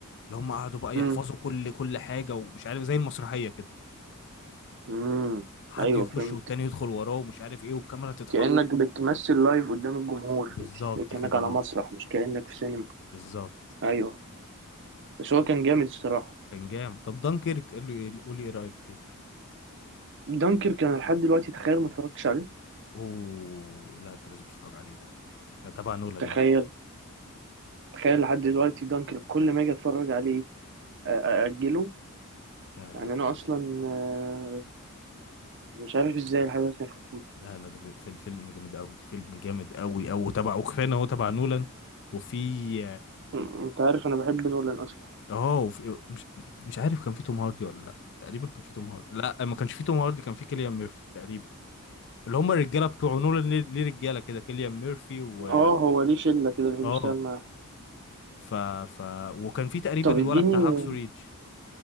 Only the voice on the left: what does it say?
اللي هم قعدوا بقى
يحفظوا كل كل حاجه ومش عارف زي المسرحيه كده
حد
يخش
والتاني يدخل وراه ومش عارف ايه والكاميرا تتح...
بالظبط
كده
اه
بالظبط
كان جامد طب دانكيرك قول لي إيه، قول لي ايه رايك فيه
اوه لا انت لازم تتفرج عليه ده ده تبع نولان
يا عم
لا لا
لا
لا
لا لا ده في في- فيلم جامد قوي فيلم جامد قوي او تبع وكفايه ان هو تبع نولان وفي
اه وفي مش مش عارف كان في توم هاردي ولا لا تقريبا كان في توم هاردي لا ما كانش في توم هاردي كان في كيليان ميرفي تقريبا اللي هم الرجاله بتوع نولان ليه ليه رجاله كده كيليان ميرفي و
اه
ف ف وكان في تقريبا
الولد
بتاع هاكسو ريدج